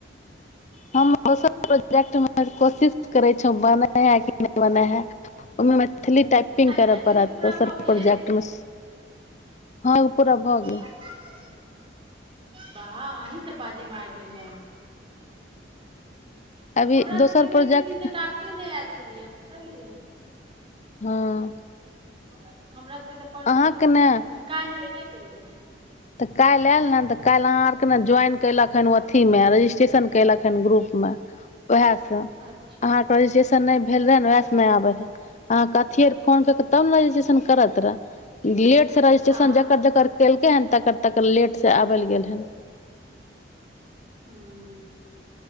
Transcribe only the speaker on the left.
हम दोसर प्रोजेक्टमे कोशिश करै छौ बनै है कि नहि बनै हइ ओहिमे मै थिली टाइपिंग
करऽ
पड़त
तऽ स
प्रोजक्टमे हँ ओ पूरा भऽ गेल
अभी
दोसर
प्रोजेक्ट
हँ
अहाँके ने
तऽ काल्हि आयल ने तऽ काल्हि अहाँ आरके ने ज्वाइन कयलक हन अथिमे रजिस्ट्रेशन कयलक हन ग्रुपमे वएहसं
अहांकें रजिस्ट्रेशन नै भेल रहय न नहि आबय रहा अहां क रतियै फोन क' के तब ने रजिस्ट्रेशन करत रहय डीलेट रजिस्ट्रेशन
जकर जकर केल तहन त तब तक लेटसँ आबल गेल हन